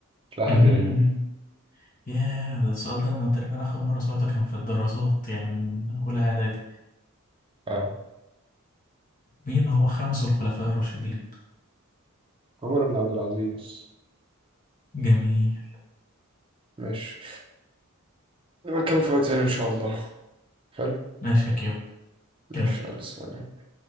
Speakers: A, on the right; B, on the left.
A: مش لاقي
B: مهم،
A: حد يلمهم
B: مهم. ياه ده السؤال ده أنا تقريبا آخر مرة سمعته كان في الدراسات يعني من أولى إعدادي
A: اه
B: مين هو خامس الخلفاء الراشدين؟
A: عمر بن عبد العزيز
B: جميل
A: ماشي نبقى نكمل في وقت تاني إن شاء الله حلو
B: ماشي يا كيمو
A: ماشي
B: جميل
A: يلا سلام